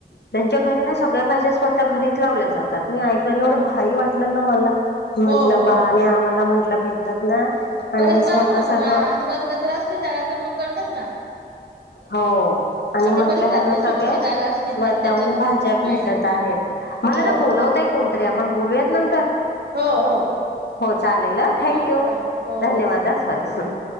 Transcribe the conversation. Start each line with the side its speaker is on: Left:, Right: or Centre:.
Left: त्यांच्या घरी ना सगळ्या भाज्या स्वतः घरीच लावल्या जातात. मी ऐकलं एवढं भारी वाटलं ना मला. म्हंटलं
Right: हो हो
Left: वा आणि आम्हाला म्हंटलं भेटात ना, आणि
Right: परस
Left: हे
Right: बघ
Left: स्वतः
Right: म्हणून
Left: सगळं
Right: आजूबाजूला जर असली जागा तर मग करतात ना.
Left: हो. आणि
Right: आपल्या
Left: म्हटलं
Right: परिसरातली
Left: ह ना सगळे
Right: छोटीशी जागा असली
Left: स्वतःहून
Right: तर त्याच्यात
Left: भाज्या भेटत
Right: हम्म
Left: आहेत मला
Right: हो
Left: ना बोलावतय कोणतरी आपण बोलूयात नंतर.
Right: हो हो
Left: हो चालेल अ थँक
Right: ठीक
Left: यू,
Right: बाय हो
Left: धन्यवाद
Right: हो
Left: सॉरी
Right: धन्यवाद.